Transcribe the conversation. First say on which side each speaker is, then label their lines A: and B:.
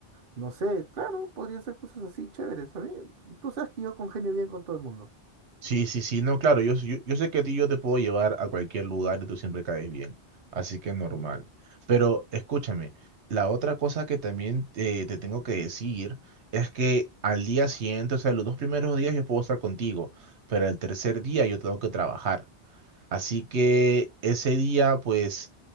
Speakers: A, on the right; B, on the right.
A: No sé, claro, podrían ser cosas así chéveres. A mí, tú sabes que yo congenio bien con todo el mundo.
B: Sí, sí, sí, no, claro, yo, yo, yo sé que a ti yo te puedo llevar a cualquier lugar y tú siempre caes bien, así que normal.
A: Sí.
B: Pero escúchame, la otra cosa que también eh, te tengo que decir es que al día siguiente, o sea, los dos primeros días yo puedo estar contigo, pero el tercer día yo tengo que trabajar. Así que ese día, pues,